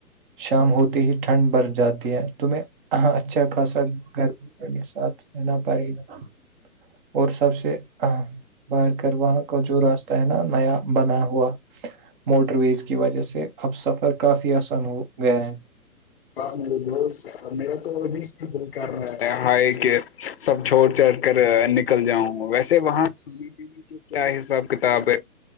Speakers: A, on the right; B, on the left.
A: شام ہوتی ہی ٹھنڈ بر جاتی ہے تمہیں اچھا اچھا خاصا گھر پڑنے ساتھ رہنا پڑے گا اور سب سے بار پھر وہاں کا جو راستہ ہے نا نیا بنا ہوا موٹر ویز کی وجہ سے اب سفر کافی آسان ہو گیا ہے
B: ہاں میرا تو وہی اسٹرگل کر رہا کہ سب چھوڑ چھ کر نک نکل جاؤں ویسے وہاں سنے پنے کے کیا حساب کتاب ہے